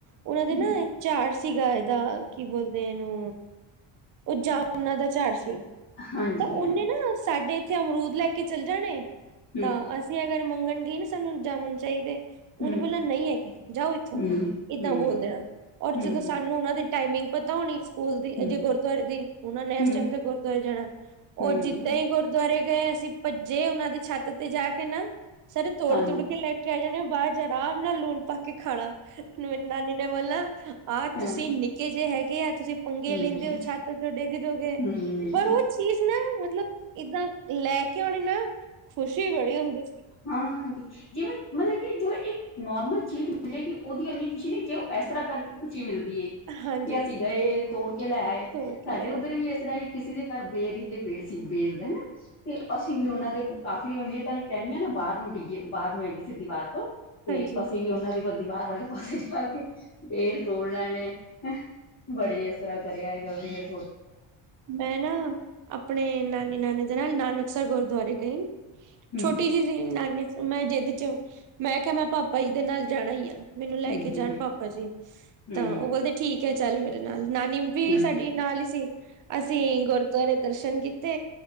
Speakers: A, on the right; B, on the left.
A: ਉਹਨਾਂ ਦੇ
B: ਹੂੰ
A: ਨਾ ਝਾੜ ਸੀਗਾ ਇਹਦਾ ਕੀ ਬੋਲਦੇ ਇਹਨੂੰ ਉਹ ਜਮਨਾ ਦਾ ਝਾੜ ਸੀ।
B: ਹਾਂਜੀ
A: ਤਾਂ ਉਹਨੇ
B: ਹਾਂ
A: ਨਾ ਸਾਡੇ ਇੱਥੇ ਅਮਰੂਦ ਲੈ ਕੇ ਚਲੇ ਜਾਣੇ
B: ਹੂੰ
A: ਤਾਂ ਅਸ ਤੇ ਅਗਰ ਮੰਗਣ ਗਏ ਨਾ ਸਾਨੂੰ ਜਾਮਣ ਚਾਹੀਦੇ ਉਹਨੇ
B: ਹੂੰ
A: ਬੋਲਣਾ ਨਹੀਂ ਹੈਗੇ ਜਾਓ ਇੱਥੋਂ
B: ਹੂੰ ਹੂੰ
A: ਏਦਾਂ ਬੋਲ ਦੇਣਾ ਔਰ
B: ਹੂੰ
A: ਜਦੋਂ ਸਾਨੂੰ ਉਹਨਾਂ ਦੇ ਟਾਈਮਿੰਗ ਪਤਾ ਹੋਣੀ। ਸਕੂਲ ਦੀ
B: ਹੂੰ
A: ਜੇ ਗੁਰਦੁਆਰੇ ਦੀ ਉਹਨਾ ਨੇ
B: ਹੂੰ
A: ਇਸ ਟਾਈਮ ਤੇ ਗੁਰਦੁਆਰੇ ਜਾਣਾ ਉਹ
B: ਹੂੰ
A: ਜਿੱਦਾਂ ਹੀ ਗੁਰ ਦੁਆਰੇ ਗਏ ਅਸੀਂ ਭੱਜੇ ਉਹਨਾਂ ਦੀ ਛੱਤ ਤੇ ਜਾ ਕੇ ਨਾ ਸਾਰੇ ਤੋੜ-
B: ਹਾਂਜੀ
A: ਤੂੜ ਕੇ ਲੈ ਲੈ ਜਾਂਣੇ ਬਾਅਦ ਚ ਆਰਾਮ ਨਾਲ ਲੂਣ ਪਾ ਕੇ ਖਾਣਾ ਫੇਰ ਨਾਨੀ ਨੇ ਬੋਲਣਾ ਆਹ
B: ਹਾਂ
A: ਤੁਸੀਂ ਨਿੱਕੇ ਜਿਹੇ ਹੈਗੇ ਆ ਤੁਸੀਂ ਪੰਗੇ
B: ਹੂੰ
A: ਲੈਂਦੇ ਹੋ ਛੱਤ ਡਿੱਗ ਜੋ ਗਏ,
B: ਹੂੰ
A: ਪਰ ਉਹ ਚੀਜ਼ ਨਾ ਮਤਲਬ, ਏਦਾਂ ਲੈ ਕੇ ਆਣੀ ਨਾ ਖੁਸ਼ੀ ਬੜੀ ਹੁੰਦੀ ਸੀਗੀ।
B: ਹਾਂ ਹਾਂਜੀ ਜਿਵੇਂ ਮਤਲਬ ਕਿ ਜੋ ਇੱਕ, ਨੋਰਮਲ ਚੀਜ਼ ਮਿਲੇ ਕਿ ਉਹਦੀ ਇੰਨੀ ਖੁਸ਼ੀ ਨਹੀਂ ਜੇ ਉਹ ਇਸ ਤਰਾਂ ਕਰਕੇ ਖੁਸ਼ੀ ਮਿਲਦੀ ਐ।
A: ਹਾਂਜੀ
B: ਕਿ ਅਸੀਂ ਗਏ ਤੋੜ ਕੇ ਲੈ ਆਏ
A: ਤੋੜ ਕੇ
B: ਸਾਡੇ
A: ਲਿਆਏ,
B: ਉੱਧਰ ਵੀ ਅ- ਇਸ ਤਰਾਂ ਹੀ ਕਿਸੇ ਦੇ ਘਰ ਬੇਰੀ ਦੇ ਪੇੜ ਸੀ ਬੇਰ ਦਾ ਹਨਾ ਤੇ ਅਸੀਂ ਵੀ ਉਹਨਾਂ ਦੇ, ਤੇ ਉਹਨੀ ਤਾਂਾਰੀ ਟੈਣੀਆਂ ਨਾ ਬਾਹਰ ਨੂੰ ਡਿੱਗੀਏ ਬਾਹਰ ਨੂੰ ਹੈਗੀ ਸੀ ਦੀਵਾਰ ਤੋਂ,
A: ਹਾਂਜੀ-ਹਾਂਜੀ
B: ਤੇ ਅਸੀਂ ਵੀ ਉਹਨਾਂ ਦੀ, ਦੀਵਾਰ ਵਾਲੇ ਪਾਸੇ ਜਾ ਕੇ ਬੇਰ ਤੋੜ ਲੈਣੇ। ਬੜੀ ਇਸ ਤਰਾਂ ਕਰਿਆ ਹੈਗਾ ਫੇਰ।
A: ਮੈਂ ਨਾ ਆਪਣੇ ਨਾਨੀ ਨਾਨੇ ਦੇ ਨਾਲ ਨਾਨਕਸਰ ਗੁਰਦੁਆਰੇ ਗਈ।
B: ਹੂੰ
A: ਛੋਟੀ ਜੀ, ਨਾਨੀ ਮੈਂ ਜਿਦ ਚ ਮੈਂ ਕਿਹਾ ਮੈਂ ਪਾਪਾ ਜੀ ਦੇ ਨਾਲ ਜਾਣਾ ਹੀ ਆ। ਮੈਨੂੰ ਲੈ
B: ਹੂੰ
A: ਕੇ
B: ਹੂੰ
A: ਜਾਣ ਪਾਪਾ ਜੀ
B: ਹੂੰ
A: ਤਾਂ ਓ ਬੋਲਦੇ ਠੀਕ ਐ ਚੱਲ ਮੇਰੇ ਨਾਲ ਨਾਨੀ ਵੀ
B: ਹੂੰ-ਹੂੰ।
A: ਸਾਡੀ ਨਾਲ ਸੀ ਅਸੀਂ ਗੁਰਦੁਆਰੇ ਦਰਸ਼ਨ ਕੀਤੇ